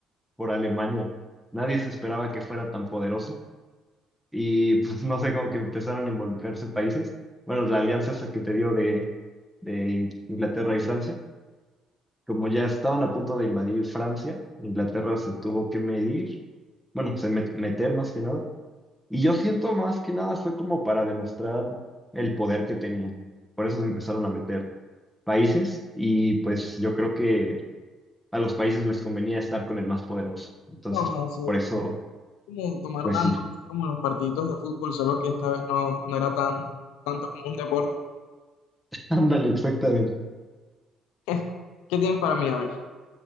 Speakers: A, in the centre; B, on the left.
A: por Alemania. Nadie se esperaba que fuera tan poderoso y pues no sé, como que empezaron a involucrarse países. Bueno, la alianza esa que te digo de, de In- Inglaterra y Francia, como ya estaban a punto de invadir Francia, Inglaterra se tuvo que medir, bueno, se met- meter más que nada. Y yo siento más que nada fue como para demostrar el poder que tenían. Por eso se empezaron a meter países y pues yo creo que a los países les convenía estar con el más poderoso. Entonces,
B: No, así
A: por eso,
B: como tomar
A: pues
B: bandas,
A: sí. <laughs>
B: así como los partiditos de fútbol, solo que esta vez no, no era tan tanto como un deporte.
A: Ándale, exactamente.
B: <laughs> ¿Qué tienes para mí? A ver,